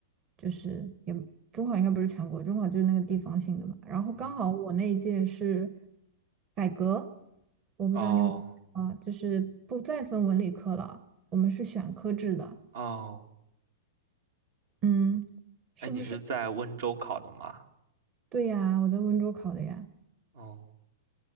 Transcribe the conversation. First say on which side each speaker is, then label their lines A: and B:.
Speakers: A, on the right; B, on the right.
A: 就是也中考应该不是全国，中考就是那个地方性的嘛。然后刚好我那一届是
B: 嗯，
A: 改革，我不知道你有没有啊，
B: 哦
A: 就是不再分文理科了，我们是选科制的，
B: 哦，
A: 嗯。是不是
B: 哎，你是在温州考的吗？
A: 对呀，我在温州考的呀，
B: 哦，